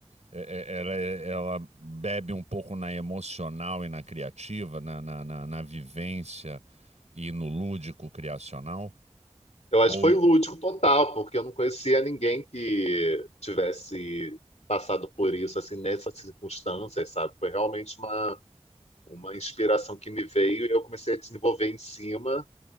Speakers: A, on the right (about 80°); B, on the left (about 75°).
A: é- é- Ela, é- ela bebe um pouco na emocional e na criativa, na, na, na, na vivência e no lúdico criacional?
B: Eu
A: Ou,
B: acho que foi lúdico total, porque eu não conhecia ninguém que tivesse passado por isso, assim, nessas circunstâncias, sabe? Foi realmente uma, uma inspiração que me veio e eu comecei a desenvolver em cima.